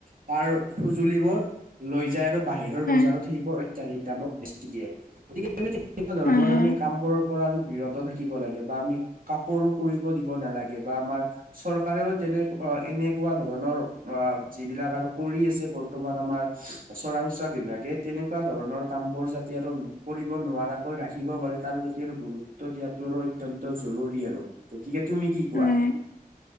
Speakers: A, on the right; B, on the left.
A: তাৰ সজুলিবোৰ লৈ যায় আৰু বাহিৰৰ
B: হয়
A: বজাৰত সেইবোৰ দামত বেছি দিয়ে গতিকে তেনেকুৱা ধৰণৰ
B: হয় হয়
A: আমি কাম বোৰ পৰা আৰু বিৰত থাকিব লাগে বা আমি কাকো আৰু কৰিব দিব নালাগে বা আমাৰ চৰকাৰেও তেনেক অ' এনেকুৱা ধৰণৰ অ' যিবিলাক আৰু কৰি আছে বৰ্তমান আমাৰ চৰাংচোৱা বিভাগে তেনেকুৱা ধৰণৰ কাম বোৰ যাতে আৰু কৰিব নোৱাৰাকৈ ৰাখিব পাৰে তাৰ প্ৰতি আৰু গুৰুত্ব গুৰুত্ব দিয়াতটো আৰু অত্যয়ন্ত জৰুৰী আৰু, গতিকে তুমি কি কোৱা?
B: হয়।